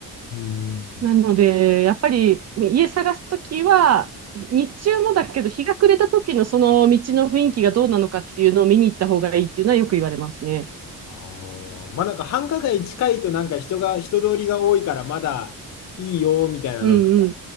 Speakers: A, on the left; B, on the right.
A: うん。
B: なので、やっぱり家探すときは、日中もだけど、日が暮れた時のその道の雰囲気がどうなのかっていうのを見に行った方がいいっていうのはよく言われますね。
A: あーまあなんか繁華街近いとなんか人が、人通りが多いからまだいいよみたいなのとか、
B: うんうん。